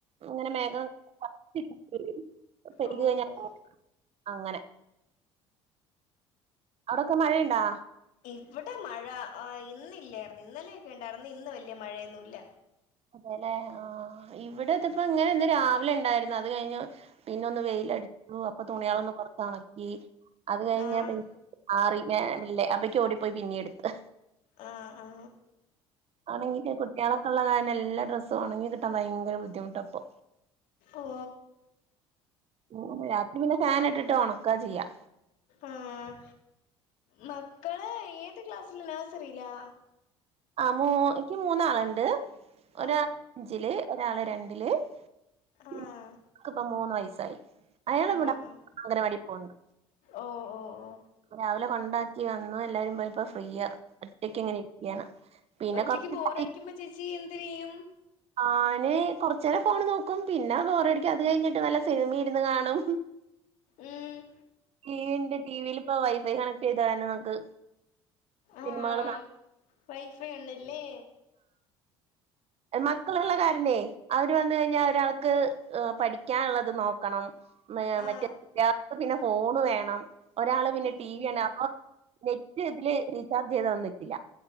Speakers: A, on the right (about 45°); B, on the left (about 60°).
A: ഇങ്ങനെ മേഘം ക്ക്
B: ഓ
A: കഴിഞ്ഞാ
B: ഓ
A: അങ്ങനെ <unintelligible> അവടൊക്കെ മഴയ്ണ്ടാ
B: ഇവടെ മഴ ആ ഇന്നില്ലായിരുന്നു ഇന്നലെയൊക്കെണ്ടായിരുന്നു ഇന്ന് വല്ല്യ മഴയൊന്നുല്ല
A: അതെല്ലെ ആ ഇവിടെതിപ്പ ഇങ്ങനെ ഇന്ന് രാവിലെ ഇണ്ടായിരുന്നു അത് കയിഞ്ഞു പിന്നൊന്ന് വെയിലടിച്ചു അപ്പൊ തുണിയാളൊന്ന് പൊർത്തൊണക്കി അത് കഴിഞ്ഞ
B: ആഹ്
A: പി ആറിൽമേം ഇല്ലേ അപ്പക്ക് ഓടിപ്പോയി പിന്നീം എട്ത്ത്
B: ആഹ്‌ ആ
A: ആണെങ്കി കുട്ട്യാളൊക്കെള്ള കാരണം എല്ല ഡ്രസ്സും ഒണങ്ങി കിട്ടാൻ ഭയങ്കര ബുദ്ധിമുട്ടപ്പൊ
B: ഓ
A: ഉം രാത്രി പിന്നെ ഫാന് ഇട്ടിട്ട് ഒണക്കാ ചെയ്യാ
B: ആഹ് മക്കള് ഏത് ക്ലാസില് നഴ്സറിലാ
A: ആഹ് മൂ ഇൻക്ക് മൂന്നാള്ണ്ട് ഒരാളഞ്ചില്
B: ആഹ്
A: ഒരാള് രണ്ടില്
B: ആഹ്
A: ൻക്ക്പ്പം മൂന്ന് വയസ്സായി. അയാള്
B: ആഹ്
A: ഇവ്ട
B: ആഹ്
A: അങ്കനവാടി പോവ്ണ്ട്
B: ഓ ഓ ഓ
A: രാവിലെ കൊണ്ടാക്കി വന്നു. എല്ലാരും പോയപ്പോ ഫ്രീയ, ഒറ്റക്കിങ്ങനെ ഇരിക്കയാണ് പിന്നെ
B: ഒറ്റയ്ക്ക്
A: കൊറച്ച്
B: ബോറടിക്കുമ്പോ ചേച്ചി എന്തരെയ്യും
A: ഞാന് കൊർചേരം ഫോണ് നോക്കും. പിന്നെ ബോറടിക്കും അത് കഴിഞ്ഞിട്ട് വല്ല സിനിമിം ഇരുന്ന് കാണും
B: ഉം
A: ടി വി ണ്ട് ടിവില് പ്പോ വൈഫൈ കണക്ട് ചെയ്ത കാരണം നമുക്ക് സിനിമകൾ
B: ആഹ്
A: കാണാം
B: വൈഫൈ ഉണ്ടല്ലേ
A: മക്കളുള്ള കാരണേ അവര് വന്ന് കഴിഞ്ഞാ ഒരാൾക്ക് പഠിക്കാനുള്ളത് നോക്കണം മ
B: ആഹ്
A: മറ്റേ ആക്ക് പിന്നെ ഫോണ് വേണം ഒരാള് പിന്നെ
B: ഉം
A: ടി വി
B: ഉം
A: കാണ അപ്പം നെറ്റ് ഇതില് റീചാർജ് ചെയ്ത ഒന്നി ക്കില്ല